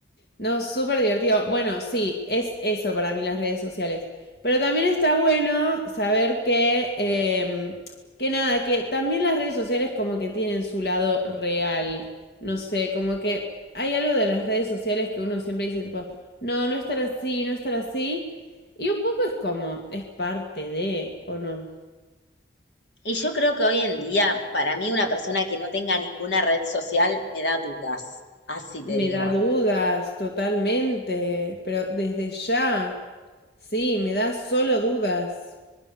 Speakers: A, on the left; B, on the left.
A: No, súper divertido. Bueno, sí, es eso para mí las redes sociales. Pero también está bueno saber que, eh, que nada, que también las redes sociales como que tienen su lado real. No sé, como que hay algo de las redes sociales que uno siempre dice tipo, no, no estar así, no estar así. Y un poco es como, es parte de, ¿o no?
B: Y yo creo que hoy en día, para mí, una persona que no tenga ninguna red social me da dudas. Así te
A: Me
B: digo.
A: da dudas totalmente, pero desde ya, sí, me da solo dudas.